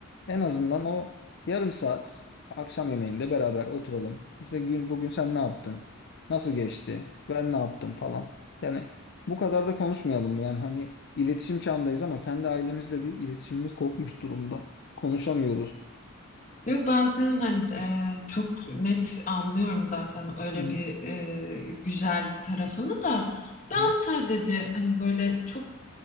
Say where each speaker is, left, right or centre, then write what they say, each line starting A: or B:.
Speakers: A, on the left; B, on the left.
A: En azından o yarım saat akşam yemeğinde beraber oturalım. İşte gün bugün sen ne yaptın? Nasıl geçti? Ben ne yaptım falan. Yani bu kadar da konuşmayalım. Yani hani iletişim çağındayız ama kendi ailemizle bir iletişimimiz kopmuş durumda. Konuşamıyoruz.
B: Yok ben senin hani e, çok net anlıyorum zaten öyle
A: Hı hı.
B: bir e, güzel tarafını da ben
A: Hı.
B: sadece hani böyle çok